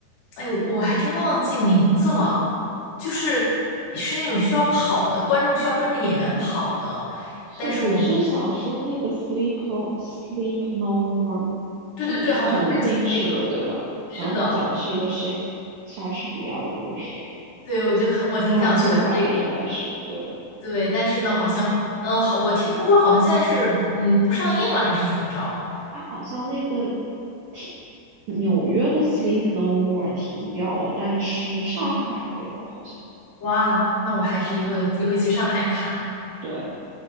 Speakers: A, on the left; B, on the right.
A: 哎，我我还真忘记名字了，就是是那种需要跑的，观众需要跟着演员跑的，
B: 是你是想说那个
A: 但是我，
B: Sleep No- Sleep No More 吗？
A: 对对对，
B: 是不是沉浸式的，
A: 好像对，就是这个，
B: 对吧？
A: 是的，
B: 然后它讲的是一个 Shakes 莎士比亚的故事，
A: 对，我就很，我挺想去看这个。
B: 艾克白应该是对吧？
A: 对，但是呢，好像好，嗯，好，我听说好像现在是，嗯，不上映了，还是怎么着？
B: 它好像那个停纽约的 Sleep No More 停掉了，但是上海还有好像。
A: 哦，哇，那我还是以后有机会去上海看。
B: 嗯，对。